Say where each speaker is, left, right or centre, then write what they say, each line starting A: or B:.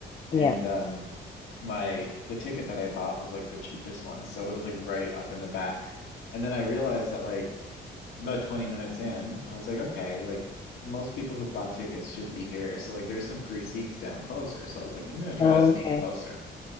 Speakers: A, on the left; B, on the left.
A: And
B: yeah.
A: um my the ticket that I bought was like the cheapest one, so it was like right up in the back. And then I realized that like about 20 minutes in, I was like, okay, like most people who've bought tickets should be here. So like there's some free seats down closer. So I was like, I'm gonna try
B: Oh,
A: to sneak
B: okay.
A: closer.